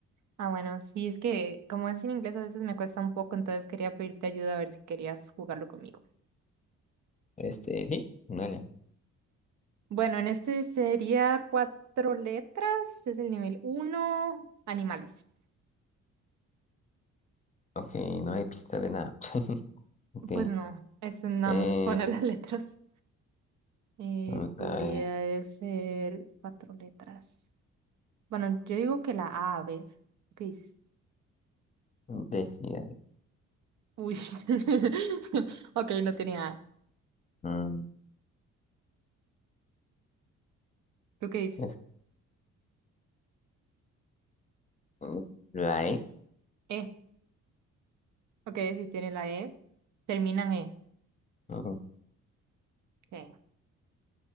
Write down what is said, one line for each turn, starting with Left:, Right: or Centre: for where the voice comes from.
Right: Ah, bueno, sí, es que como es en inglés a veces me cuesta un poco, entonces quería pedirte ayuda a ver si querías jugarlo conmigo.
Left: Este, sí, dale.
Right: Bueno, en este sería cuatro letras, es el nivel uno, animales.
Left: Ok, no hay pista de nada. <laughs> Ok,
Right: Pues no, eso nada
Left: eh,
Right: más es poner <laughs> las letras. Eh,
Left: vamos
Right: podría
Left: a ver.
Right: ser cuatro letras. Bueno, yo digo que la A, a ver. ¿Qué dices?
Left: Decida.
Right: Uy. <laughs> Ok, no tenía. A.
Left: Mm,
Right: ¿Tú qué dices?
Left: es- mm, la E.
Right: E. Ok, si tiene la E. Terminan E.
Left: No
Right: Ok.